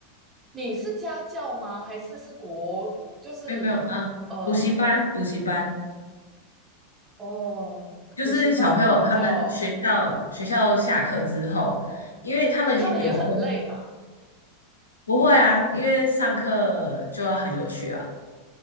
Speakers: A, on the right; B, on the left.
A: 你是家教吗？还是是国，就是
B: 没有没有，嗯，
A: 呃，
B: 补习班，补习班
A: 哦，
B: 就是小朋友他们学校学校下课之后，
A: 补习班比较，
B: 因为他们有分
A: 那他们也很累吧？
B: 不会啊，因为上课就要很有趣啊。